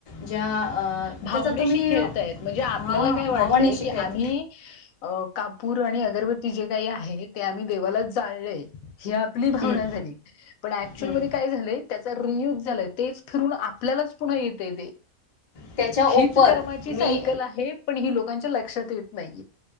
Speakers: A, on the left; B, on the left.
A: ज्या अं,
B: भावनेशी
A: त्याचा तुम्ही
B: खेळताय म्हणजे आपल्याला
A: हा
B: काय
A: भावनेशी
B: वाटतय की
A: खेळत
B: आम्ही कापूर आणि अगरबती जे काही आहे ते आम्ही देवालाच जाळले ही आपली भावना
A: हं,
B: झाली पण ऍक्च्युअल
A: हं.
B: मध्ये काय झालं त्याचारे युज ते फिरून आपल्यालाच पुन्हा येत ते
A: त्याच्या ओपर
B: हीच कर्माची
A: मी
B: सायकल आहे पण ही लोकांच्या लक्षात येत नाहीये